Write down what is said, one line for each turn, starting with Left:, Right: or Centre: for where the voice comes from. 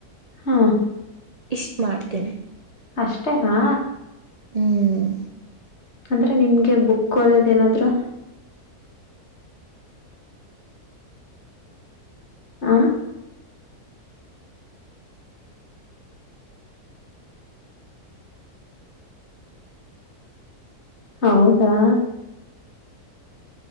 Left: ಹಾ.
Right: ಇಷ್ಟ ಮಾಡ್ತೀನಿ.
Left: ಅಷ್ಟೇನಾ.
Right: ಹ್ಮ್
Left: ಅಂದ್ರೆ ನಿಮ್ಗೆ ಬುಕ್ ಓದದೇನಾದ್ರು. ಹ ಹೌದಾ